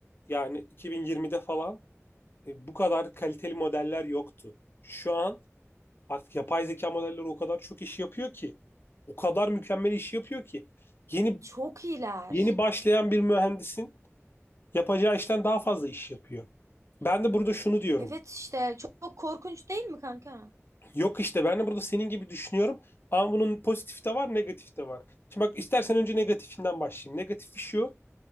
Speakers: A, on the left; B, on the right.
A: yani 2020'de falan e, bu kadar kaliteli modeller yoktu. Şu an Artık yapay zeka modelleri o kadar çok iş yapıyor ki, o kadar mükemmel iş yapıyor ki yeni
B: Çok iyiler.
A: yeni başlayan bir mühendisin yapacağı işten daha fazla iş yapıyor. Ben de burada şunu diyorum.
B: Evet işte çok, çok korkunç değil mi kanka?
A: Yok işte ben de burada senin gibi düşünüyorum ama bunun pozitif de var, negatif de var. Şimdi bak istersen önce negatifinden başlayayım. Negatifi şu.